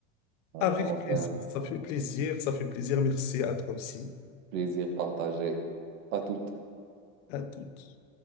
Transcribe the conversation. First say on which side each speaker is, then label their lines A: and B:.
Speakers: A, on the right; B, on the left.
A: Euh,
B: Avec
A: enfin,
B: plaisir. Ça fait plaisir. Ça fait plaisir. Merci à toi aussi.
A: plaisir partagé. À tout.
B: À toutes.